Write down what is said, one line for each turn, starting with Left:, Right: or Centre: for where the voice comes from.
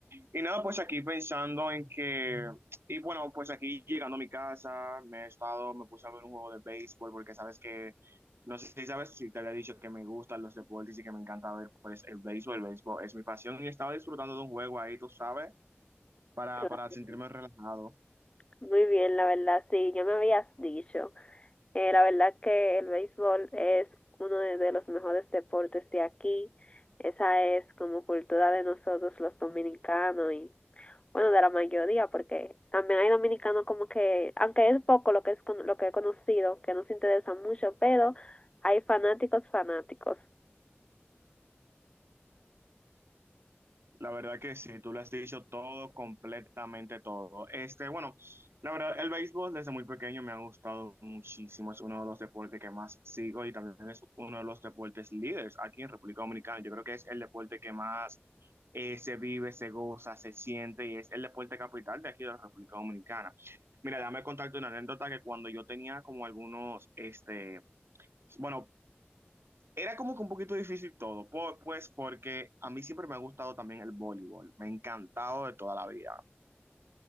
Right: Y nada, pues aquí pensando en que, y bueno, pues aquí llegando a mi casa, me he estado, me puse a ver un juego de béisbol porque sabes que, no sé si sabes, si te había dicho que me gustan los deportes y que me encanta ver pues el béisbol, el béisbol es mi pasión y estaba disfrutando de un juego ahí, tú sabes, para,
Left: Claro.
Right: para sentirme
Left: sí.
Right: relajado.
Left: Muy bien, la verdad, sí, ya me habías dicho. Eh, la verdad que el béisbol es uno de, de los mejores deportes de aquí. Esa es como cultura de nosotros los dominicanos y bueno, de la mayoría, porque también hay dominicanos como que, aunque es poco lo que es con- lo que he conocido, que no se interesan mucho, pero hay fanáticos fanáticos.
Right: La verdad que sí, tú lo has dicho todo, completamente todo. Este, bueno, la verdad, el béisbol desde muy pequeño me ha gustado muchísimo. Es uno de los deportes que más sigo y también es uno de los deportes líderes aquí en República Dominicana. Yo creo que es el deporte que más eh, se vive, se goza, se siente y es el deporte capital de aquí de la República Dominicana. Mira, déjame contarte una anécdota que cuando yo tenía como algunos, este, bueno, era como que un poquito difícil todo, po- pues porque a mí siempre me ha gustado también el voleibol, me ha encantado de toda la vida.